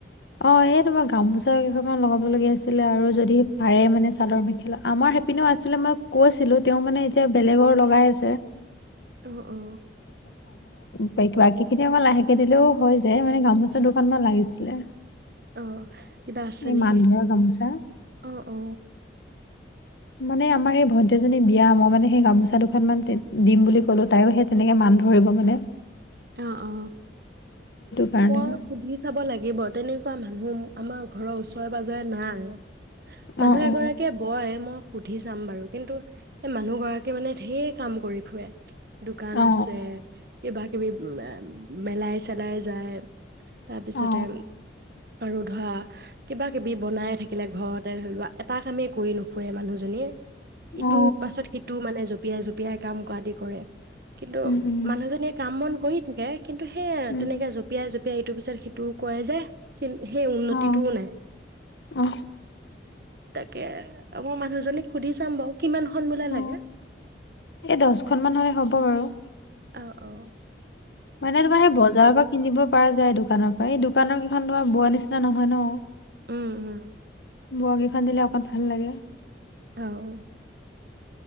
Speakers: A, on the left; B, on the right.
A: অ এই তোমাৰ গামোচা কেই খন মান লগাব লগীয়া আছিলে আৰু যদি পাৰে মানে চাদৰ মেখেলা আমাৰ সেই পিনে আছিলে মই কৈছিলো তেওঁ মানে এতিয়া বেলেগৰ লগাই আছে।
B: অ অ।
A: তাই বাকী খিনি অলপ লাহেকে দিলেও হৈ যায় মানে গামোচা দুখন মান লাগিছিলে।
B: অ' কিবা আছে
A: এই
B: নেকি
A: মান ধৰা গামোচা
B: অ অ।
A: মানে আমাৰ এই ভণ্টী জনীৰ বিয়া মই মানে সেই গামোচা দুখন মান দিম বুলি ক'লো তায়ো সেই তেনেকে মান ধৰিব বোলে।
B: অ', অ,,
A: কাৰণে
B: মই সুধি চাব লাগিব তেনেকুৱা মানু্হ আমাৰ।। ঘৰৰ ওচৰে পাজৰে নাই। মানুহ
A: অ অ
B: এগৰাকীয়ে বয় মই সুধি চাম বাৰু কিন্তু সেই মানু্হ গৰাকীয়ে মানে ধেৰ কাম কৰি ফুৰে। দুকান
A: অ
B: আছে। <inaudible> <unintelligible> মেলাই চেলাই যায়, তাৰ পিছতে
A: অ
B: আৰু ধৰা কিবা কিবি বনাই থাকিলে ঘৰতে ধৰি লোৱা এটা কামে কৰি নোফুৰে মানুহজনীয়ে। ইটোৰ
A: অ
B: পাছত সিটো মানে? জপিয়াই জপিয়াই কাম কৰাদি কৰে। কিন্তু
A: উম উম
B: মানুহজনীক কৰি থাকে। সেয়ে আৰু
A: উম
B: তেনেকে
A: উম
B: জপিয়াই জপি তাই ইটোৰ পিছত সিটো কৰে যে? সেই, সেই উন্নতি
A: অ
B: টোও নাই।
A: অ
B: তাকেই মই মানুহজনীক সুধি চাম বাৰু কিমানখন বোলে
A: অ,
B: লাগে
A: এই দচখন মান হ'লে হ'ব আৰু।
B: অ', অ'।
A: মানে এই তোমাৰ বজাৰৰ পৰা কিনিব পৰা যায়, দোকানৰ পৰাই এই দোকানৰ তোমাৰ বোৱাৰ নিচিনা নহয় ন?
B: উম, উম।
A: বোৱা কেইখন দিলে অকণমান ভাল লাগে।
B: অ'।